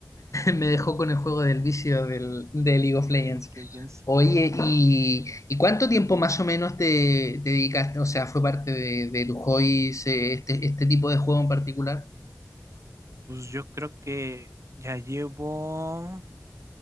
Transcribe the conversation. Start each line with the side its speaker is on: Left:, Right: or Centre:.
Left: Me dejó con el juego del vicio del, de League of Legends.
Right: de League of Legends.
Left: Oye, ¿y, y cuánto tiempo más o menos te, te dedicaste? O sea, ¿fue parte de, de tu hobby este, este tipo de juego en particular?
Right: Pues yo creo que ya llevo